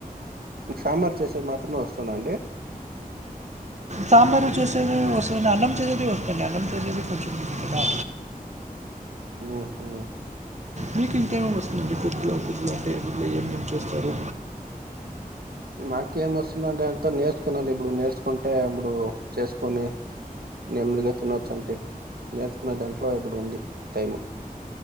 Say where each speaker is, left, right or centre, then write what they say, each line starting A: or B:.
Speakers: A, on the right; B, on the right.
A: మీకు సాంబార్ చేసేది మాత్రమే వస్తాదండి
B: సాంబారు చేసేది వస్తుందా అన్నం చేసేది వస్తుంది అన్నం చేసే కూర్చుంది కదా
A: ఉహు
B: మీకు ఇంకేం వస్తుందండి ఇక మిగిలిన టైంలో ఏమేం చేస్తారు
A: నాకేం వస్తుందట ఇక్కడ నేర్చుకున్న ఇప్పుడు నేర్చుకున్ అంటే ఇప్పుడు చేసుకొని నెమ్మదిగా తినొచ్చు అంటే నేర్చుకునే దాంట్లో ఇప్పుడు ఉంది టైము